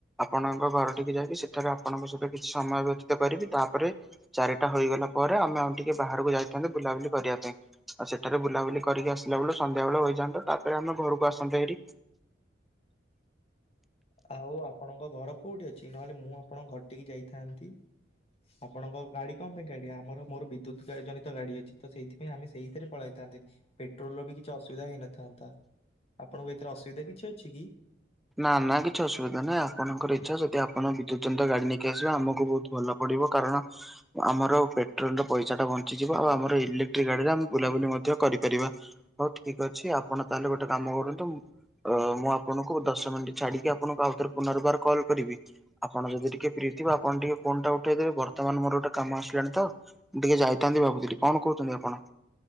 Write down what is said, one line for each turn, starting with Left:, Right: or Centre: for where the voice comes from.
Centre: ଆପଣଙ୍କ ଘର ଟିକି ଯାଇକି ସେଠାରେ ଆପଣଙ୍କ ସହିତ କିଛି ସମୟ ବ୍ୟତୀତ କରିବି ତାପରେ ଚାରିଟା ହୋଇଗଲା ପରେ ଆମେ ଆଉ ଟିକେ ବାହାରକୁ ଯାଇଥାନ୍ତେ ବୁଲାବୁଲି କରିବା ପାଇଁ। ଆଉ ସେଠାରେ ବୁଲାବୁଲି କରିକି ଆସିଲା ବେଳ ସନ୍ଧ୍ୟା ବେଳ ହୋଇଯାଆନ୍ତତା ତାପରେ ଆମେ ଘରକୁ ଆସନ୍ତତେ ହେରି। <inaudible>
Left: ଆଉ ଆପଣଙ୍କ ଘର କୋଉଠି ଅଛି ନହେଲେ ମୁଁ ଆପଣଙ୍କ ଘରଟିକି ଯାଇଥାନ୍ତି। ଆପଣଙ୍କ ଗାଡି କଣ ପାଇଁ ଗାଡି ଆମର ମୋର ବିଦ୍ୟୁତ ଜନିତ ଗାଡି ଅଛି ତ ସେଇଥିାଇଁ ଆମେ ସେଇଥିରେ ପଳାଇଥାନ୍ତେ ପେଟ୍ରୋଲ ବି କିଛି ଅସୁବିଧା ହେଇନଥାନ୍ତା ଆପଣଙ୍କୁ ଏଥିରେ ଅସୁବିଧା କିଛି ଅଛି କି?
Centre: ନା ନା କିଛି ଅସୁବିଧା ନାହିଁ ଆପଣଙ୍କର ଇଚ୍ଛା ଯଦି ଆପଣ ବିଦ୍ୟୁତ ଜନିତ ଗାଡି ନେଇକି ଆସିବାେ ଆମକୁ ବହୁତ ଭଲ ପଡ କାରଣ ଆମର ପେଟ୍ରୋଲ ର ପଇସା ଟା ବଞ୍ଚି ଯିବ ଆଉ ଆମର ଇଲେଟ୍ରିକ ଗାଡିରେ ଆମେ ବୁଲାବୁଲି ମଧ୍ୟ କରିପାରିବା ହଉ ଠିକ ଅଛି ଆପଣ ତାହେଲେ ଗୋଟେ କାମ କରୁ ମୁଁ ଆପଣ ଦଶ ମିନିଟ ଛାଡିକି ଆପଣଙ୍କୁ ଆଉଥ ପୁନର୍ବାର କଲ୍ କରିବି ଆପଣ ଯଦି ଟିକେ ଫି ଥିବ ଆପଣ ଟିକେ ଉଠେଇଦେବେ ବର୍ତ୍ତମାନ ମୋର ଗୋଟେ କାମ ଆସିଲାଣି ତ ମୁଁ ଟିକେ ଯାଇଥାନ୍ତି ଭାବୁଥିଲି କଣ କହୁଛନ୍ତି ଆପଣ